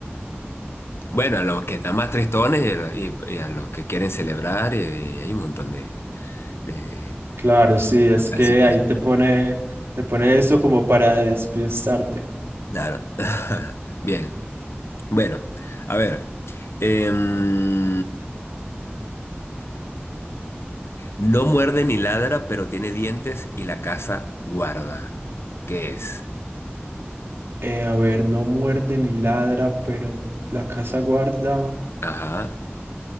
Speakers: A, on the left; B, on the right.
A: Bueno, a los que están más tristones y a los, y- y a los que quieren celebrar, eh, hay un montón de, de
B: Claro, sí, es
A: de ocasiones.
B: que ahí te pone, te pone eso como para despistarte.
A: Claro. <laughs> Bien. Bueno, a ver. Em, no muerde ni ladra, pero tiene dientes y la casa guarda. ¿Qué es?
B: Eh, a ver, no muerde ni ladra, pero la casa guarda
A: Ajá.